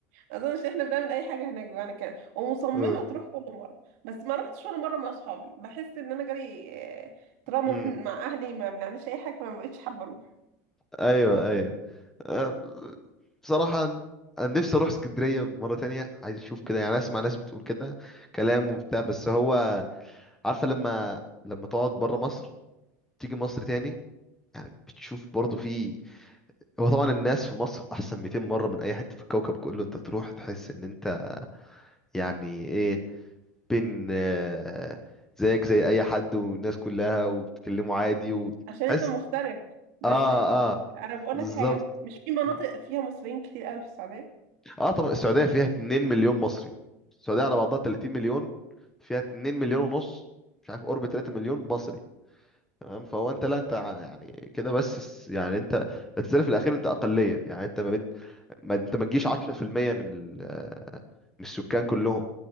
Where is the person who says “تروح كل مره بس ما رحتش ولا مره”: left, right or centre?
Right